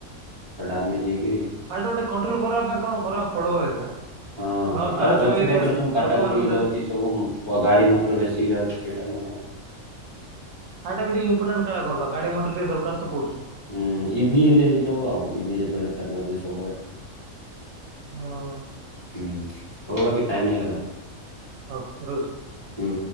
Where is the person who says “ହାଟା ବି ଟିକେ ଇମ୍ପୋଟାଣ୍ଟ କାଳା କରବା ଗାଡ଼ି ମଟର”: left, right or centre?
Right